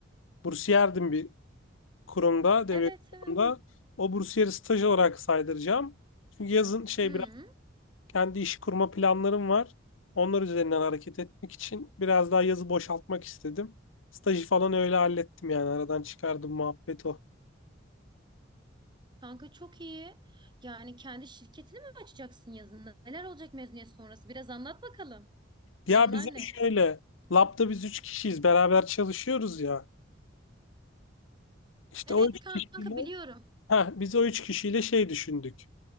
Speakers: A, on the left; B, on the right.
A: Bursiyerdim bir kurumda, devlet
B: Evet
A: kurumunda.
B: evet.
A: O bursiyeri staj olarak saydıracağım. Çünkü yazın şey
B: Hı,
A: biraz kendi işi kurma planlarım var. Onlar üzerinden hareket etmek için biraz daha yazı boşaltmak istedim. Stajı falan öyle hallettim yani aradan çıkardım muhabbet o.
B: kanka çok iyi. Yani kendi şirketini mi açacaksın yazın? Neler olacak mezuniyet sonrası? Biraz anlat bakalım. Planlar
A: Ya bizim
B: ne?
A: şöyle labda biz üç kişiyiz beraber çalışıyoruz ya. İşte
B: Evet
A: o üç
B: kanka
A: kişiyle,
B: biliyorum.
A: heh, biz o üç kişiyle şey düşündük.